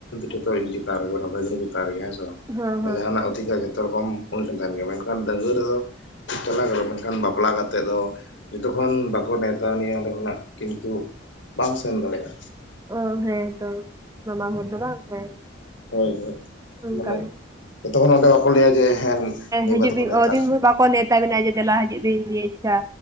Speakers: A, on the left; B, on the right.
A: ᱡᱚᱛᱚ ᱤᱧ ᱜᱮ ᱨᱮ ᱵᱷᱟᱹᱜᱱᱤ ᱪᱮᱛᱟᱱ ᱨᱮᱜᱮ ᱦᱮᱸᱥᱮ
B: ᱦᱮᱸ
A: ᱵᱟᱝ
B: ᱦᱮᱸ
A: ᱡᱟᱦᱟᱱᱟᱜ ᱚᱫᱷᱤᱠᱟᱨ ᱡᱚᱛᱚ ᱨᱚᱠᱚᱢ ᱩᱱᱤ ᱴᱷᱮᱱ ᱛᱟᱦᱮᱱ ᱜᱮᱭᱟ᱾ᱢᱮᱱᱠᱷᱟᱱ ᱰᱟᱹᱝᱜᱣᱟᱹ ᱨᱮᱫᱚ ᱪᱟᱞᱟᱣ ᱜᱚᱜᱼᱟ ᱢᱮᱱᱠᱷᱟᱱ ᱵᱟᱯᱞᱟ ᱠᱟᱛᱮᱫ ᱫᱚ ᱡᱚᱛᱚᱠᱷᱚᱱ ᱵᱟᱠᱚ ᱱᱮᱣᱛᱟ ᱟᱱᱤᱪᱼᱟ ᱚᱸᱰᱮ ᱠᱷᱚᱱᱟᱜ ᱠᱤᱱᱛᱩ ᱵᱟᱢ ᱥᱮᱱ ᱫᱟᱲᱮᱭᱟᱜᱼᱟ᱾
B: ᱚ ᱦᱮᱸ ᱛᱚ ᱢᱟᱢᱟ ᱦᱚᱲ ᱫᱚ ᱵᱟᱝ ᱦᱮᱸ
A: ᱦᱳᱭ ᱦᱳᱭ
B: ᱚᱱᱠᱟ
A: ᱢᱟᱱᱮ
B: ᱜᱮ
A: ᱡᱚᱛᱚᱠᱷᱚᱱ ᱚᱸᱰᱮ ᱵᱟᱠᱚ ᱞᱟᱹᱭᱟ ᱡᱮ ᱦᱮᱸ ᱱᱤᱭᱟᱹ
B: ᱦᱤᱡᱩᱜ
A: ᱵᱟᱨ ᱫᱚᱠᱚ
B: ᱵᱤᱱ
A: ᱱᱮᱣᱛᱟ
B: ᱚᱫᱤᱱ ᱵᱷᱳᱨ ᱵᱟᱠᱚ ᱱᱮᱣᱛᱟ ᱵᱮᱱᱟ ᱡᱮ ᱫᱮᱞᱟ ᱦᱤᱡᱩᱜ ᱵᱤᱱ ᱱᱤᱭᱟᱹ ᱤᱪᱪᱷᱟ